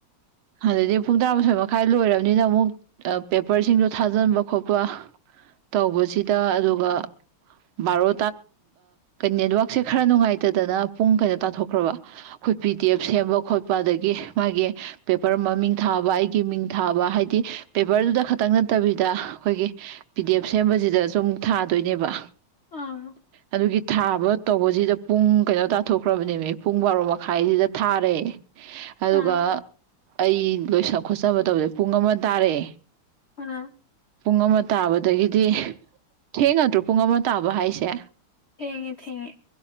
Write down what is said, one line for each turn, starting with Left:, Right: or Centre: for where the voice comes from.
Right: ꯑꯗꯨꯗꯗꯤ ꯄꯨꯡ ꯇꯔꯥꯃꯊꯣꯏ ꯃꯈꯥꯏ ꯂꯣꯏꯔꯕꯅꯤꯅ ꯑꯃꯨꯛ ꯄꯦꯄꯔꯁꯤꯡꯗꯣ ꯊꯥꯖꯤꯟꯕ ꯈꯣꯠꯄ ꯇꯧꯕꯁꯤꯗ ꯑꯗꯨꯒ ꯕꯥꯔꯣ ꯅꯦꯠꯋꯥꯛꯛꯁꯦ ꯈꯔ ꯅꯨꯡꯉꯥꯏꯇꯗꯅ ꯄꯨꯡ ꯀꯩꯅꯣ ꯇꯥꯊꯣꯛꯈ꯭ꯔꯕ ꯑꯩꯈꯣꯏ ꯄꯤ ꯗꯤ ꯑꯦꯐ ꯁꯦꯝꯕ ꯈꯣꯠꯄ ꯑꯗꯒꯤ ꯃꯥꯒꯤ ꯄꯦꯄꯔ ꯑꯃ ꯃꯤꯡ ꯊꯥꯕ ꯑꯩꯒꯤ ꯃꯤꯡ ꯊꯥꯕ ꯍꯥꯏꯗꯤ ꯄꯦꯄꯔꯗꯨꯗ ꯈꯛꯇꯪ ꯅꯠꯇꯕꯤꯗ ꯑꯩꯈꯣꯏꯒꯤ ꯄꯤꯗꯤ ꯑꯦꯐ ꯁꯦꯝꯕꯁꯤꯗ ꯁꯨꯝ ꯊꯥꯗꯣꯏꯅꯦꯕ
Left: ꯑꯥ
Right: ꯑꯗꯨꯒꯤ ꯊꯥꯕ ꯇꯧꯕꯁꯤꯗ ꯄꯨꯡ ꯀꯩꯅꯣ ꯇꯥꯊꯣꯛꯈ꯭ꯔꯕꯅꯦꯃꯤ ꯄꯨꯡ ꯕꯥꯔꯣ ꯃꯈꯥꯏꯁꯤꯗ ꯊꯥꯔꯦ ꯑꯗꯨꯒ
Left: ꯑꯥ
Right: ꯑꯩ ꯂꯣꯏꯁ ꯈꯣꯠꯆꯕ ꯇꯧꯁꯦ ꯄꯨꯡ ꯑꯃ ꯇꯥꯔꯦ
Left: ꯑꯥ
Right: ꯄꯨꯡ ꯑꯃꯥ ꯇꯕ ꯑꯗꯒꯤꯗꯤ ꯊꯦꯡꯉꯗ꯭ꯔꯣ ꯄꯨꯡ ꯑꯃ ꯇꯥꯕ ꯍꯥꯏꯁꯦ
Left: ꯊꯦꯡꯉꯦ ꯊꯦꯡꯉꯦ